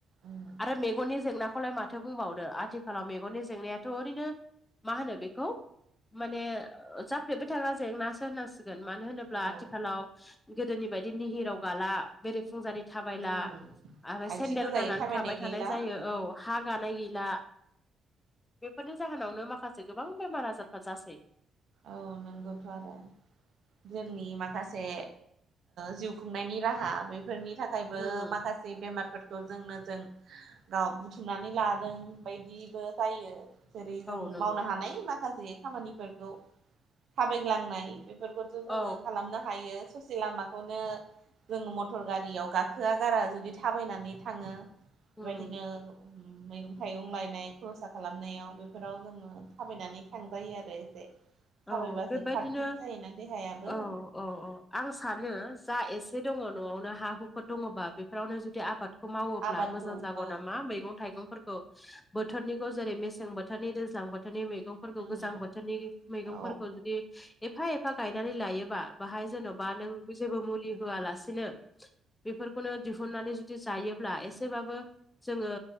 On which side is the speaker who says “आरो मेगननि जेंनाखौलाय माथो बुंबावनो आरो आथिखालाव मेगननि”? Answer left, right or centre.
Left